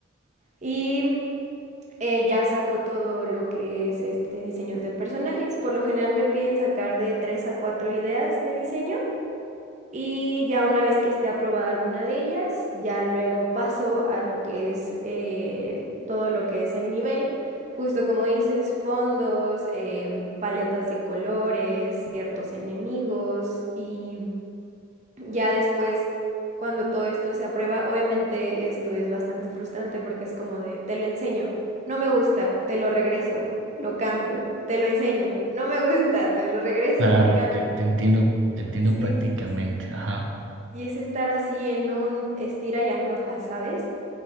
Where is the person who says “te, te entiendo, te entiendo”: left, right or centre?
Right